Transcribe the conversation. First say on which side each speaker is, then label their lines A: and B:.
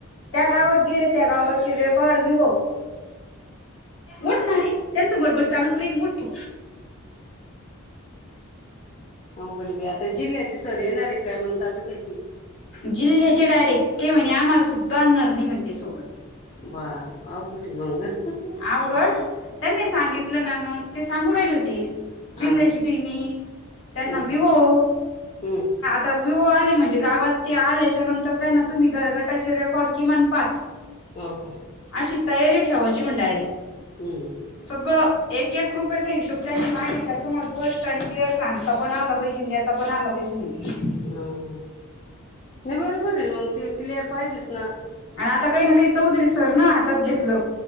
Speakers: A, on the left; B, on the left.
A: त्या
B: हा
A: गावात गेले त्या गावाचे रेकॉर्ड विवो- उठ नारे. त्यांच बडबड चालूच राहील उठ तू.
B: अवघड आहे बाई. आता जिल्ह्याचे सर येणार काय मग तालुक्याचे?
A: जिल्ह्याचे डायरेक्ट. ते म्हणे ते आम्हाला सुद्धा आणणार नाही म्हणते सोबत.
B: बाप. अवघड ए मंग.
A: अवघड? त्यांनी सांगितलं ना मग. ते सांगू राहिले होते. जिल्ह्याची
B: हा
A: टीम येईल. त्यांना
B: हम्म,
A: विवो-
B: हम्म
A: त विवो आले म्हणजे गावात ते आल्याच्या नंतर त्यांना तुम्ही गर गटाचे रेकॉर्ड कीमान पाच- <inaudible>
B: हो का?
A: अशी तयारी ठेवायची म्हण डायरेक्ट.
B: हम्म.
A: सगळं एक एक रुपयेचा हिशोब त्यांनी मागितला. तुम्हाला स्पष्ट आणि क्लिअर सांग- -ता पण आला पाहिजे आन देता पण आला पाहिजे म्हणे.
B: हं. नाही बरोबर ए. मंग ते क्लिअर पाहिजेच ना.
A: आणि आता काही ना काही चौधरी सरन हातात घेतलं.